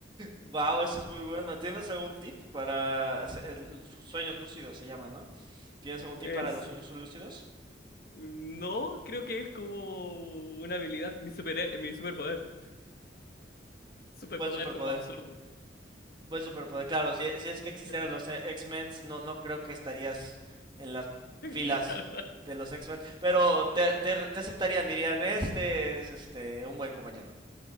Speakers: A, on the right; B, on the left.
A: Wow, esa es muy buena. ¿Tienes algún tip para se- el- sueños lúcidos se llama, ¿no? ¿Tienes algún
B: Es
A: tip para los sueños lúcidos?
B: No, creo que es como una habilidad, mi super, mi superpoder. Superpoder
A: Buen superpoder.
B: como absurdo.
A: Buen superpoder, claro, si, si es que existieran
B: <laughs>
A: los e- X-Men, no, no creo que estarías en las filas
B: Claro.
A: de los X-Men, pero te, te- te aceptarían, dirían, este es este un buen compañero.